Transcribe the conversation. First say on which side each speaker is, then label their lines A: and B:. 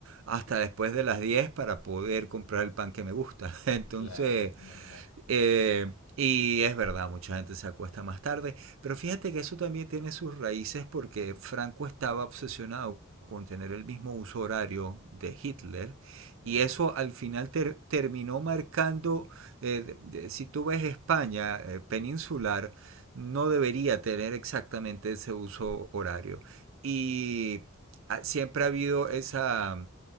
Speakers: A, on the right; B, on the left.
A: hasta después de las 10 para poder comprar el pan que me gusta. <laughs> Entonces,
B: Claro, imagínate.
A: eh, y es verdad, mucha gente se acuesta más tarde, pero fíjate que eso también tiene sus raíces porque Franco estaba obsesionado con tener el mismo uso horario de Hitler
B: Wow.
A: y eso al final ter- terminó marcando, eh, de- si tú ves España eh, peninsular, no debería tener exactamente ese uso horario. Y ah, siempre ha habido esa